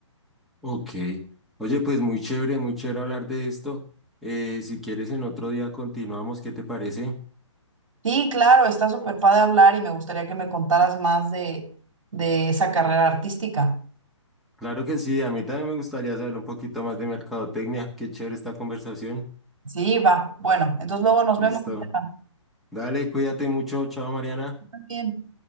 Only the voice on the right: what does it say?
Sí, claro, está súper padre hablar y me gustaría que me contaras más de, de esa carrera artística.
Sí, va. Bueno, entonces luego nos
vemos. Estefan.
También.